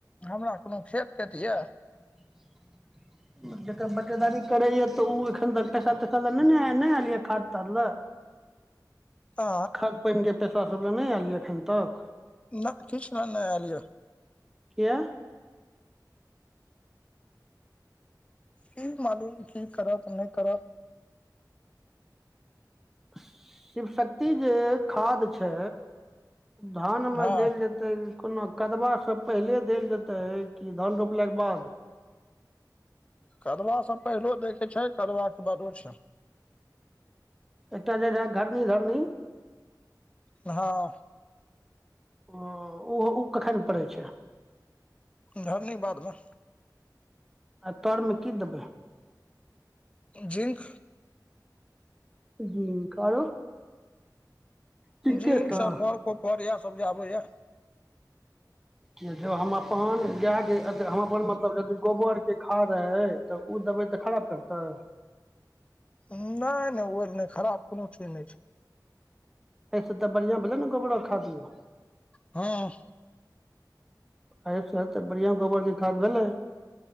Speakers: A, on the left; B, in the centre.
A: हमरा कोनो खेत तेत यऽ
B: <unintelligible> जकर बटेदारी करे या तऽ उ एखन तक पैसा तैसा लय नैने नहि आयल य ने खाद ताद लए
A: आ
B: खाद पानिके पैसा सब लए नहि आयल य एखन तक
A: न किछ ल नहि आयल य।
B: किय
A: की मालूम की करत नहि करत
B: शिव शक्ति जे खाद छै। धान मे
A: हँ
B: देल जेत कोनो कदबाँ पहिले देल जेतै कि धान रोपलाके बाद
A: कदबासँ पहिलो दैके छै। कदबा के बादो छै।
B: एकटा जे रहै घर्नी धरनी
A: हँ
B: ओ ऊहो उ कखन पड़ै छै।
A: घर्नी बादमे
B: आ तरमे की देबै
A: जिंक
B: जींक आरो जिंके
A: जिंक
B: टा
A: सफर कोफर इएह सब जे आबेया
B: य जो हम अपन गाय के हम अपन मतलब यदि गोबर के खाद है। तऽ ओ दबै तऽ खराब करतै।
A: नहि नहि ओ नहि खराब कुनु चीज नहि छैय।
B: ऐस तऽ बढ़ियाआ भेलोल ने गोबड़ो खाद यौ
A: हाँ
B: एहिसँ तऽ बढ़िआँ गोबरके खाद भेलै